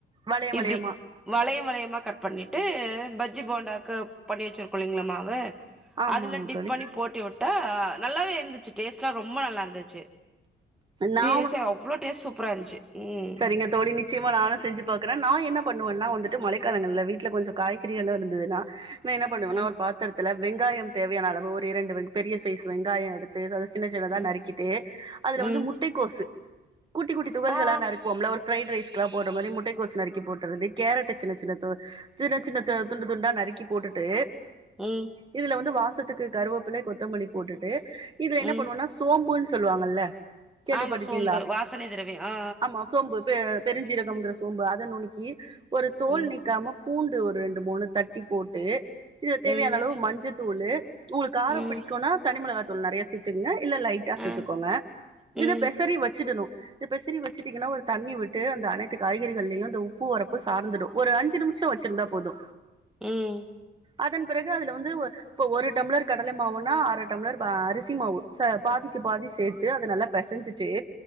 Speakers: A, on the right (about 25°); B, in the centre.
A: வளைய
B: இப்டி
A: வளையமா
B: வளையோ வளையமா கட் பண்ணிட்டு பஜ்ஜி போண்டாக்கு பண்ணி வெச்சிருக்கோ இல்லைங்ளா மாவ
A: ஆமாங்க
B: அதுல டிப்
A: தோழி
B: பண்ணி போட்டி வுட்டா நல்லாவே இருந்துச்சு டேஸ்ட்லா ரொம்ப நல்லா இருந்துச்சு சி
A: நா
B: எஸ் சி அவ்ளோ டேஸ்ட் சூப்ரா இருந்துச்சு ம்
A: சேரிங்க தோழி நிச்சயமா நானு செஞ்சு பாக்குறே நா என்ன பண்ணுவன்னா வந்துட்டு மழைக்காலங்கள்ல வீட்ல கொஞ்ச காய்கறிகள் எல்லா இருந்ததுன்னா என்ன பண்ணுவன்னா
B: ம்
A: ஒரு பாத்ரத்துல வெங்காயம் தேவையான அளவு ஒரு இரண்டு பெரிய சைஸ் வெங்காய எடுத் தேதா சின்ன சின்னத
B: ம்
A: நறுக்கிட்டு அதுல
B: ம்
A: வந்து முட்டை கோசு குட்டி குட்டி துகள்களா
B: ஆ
A: நறுக் ஒரு ஃபிரைட் ரைஸ்கில்லா போட்ற மாரி முட்டைகோசு நறுக்கி போட்டரது கேரட்டு சின்ன சின்னதா சின்ன சின்ன துண்டு துண்டா நறுக்கி போட்டுட்டு
B: ம்
A: இதுல வந்து வாசத்துக்கு கருவப்பில கொத்தமல்லி போட்டுட்டு இதுல என்ன
B: ம்
A: பண்ணுவோனா சோம்புன் சொல்லுவாங்கல்ல கேள்விப்பட்டிருக்கீங்களா
B: ஆமா சோம்பு வாசனை திறவியோ அ
A: ஆமா சோம்பு பெ பெருஞ்சீரகம்ங்கிற சோம்ப அத நுணுக்கி ஒரு தோல்
B: ம்
A: நீக்காம பூண்டு ஒரு ரெண்டு மூணு தட்டி போட்டு இது
B: ம்
A: தேவையான அளவு மஞ்ச தூளு உங்களுக் காரோ
B: ம்
A: பிடிக்குனா தனி மிளகா தூள் நெறைய சேத்துங்க இல்ல லைட் டா சேத்துக்கோங்க
B: ஆ ம்
A: இத பெசறி வச்சிடணு இத பெசறி வச் வச்சுட்டீங்கன்னா ஒரு தண்ணி விட்டு அந்த சிட்டிங்கனா ஒரு தண்ணி விட்டு அனைத்து காய்கறிகள்லயு இந்த உப்பு உரப்பு சார்ந்துடு ஒரு அஞ்சு நிம்ஷோ வச்சிருந்தா போது
B: ம்
A: அதன் பிறகு அதுல வந்து இப்போ ஒரு டம்ளர் கடல மாவுன்னா அர டம்ளர் அரிசி மாவு ச பாதிக்கு பாதி சேர்த்து அது நல்லா பெசஞ்சிட்டு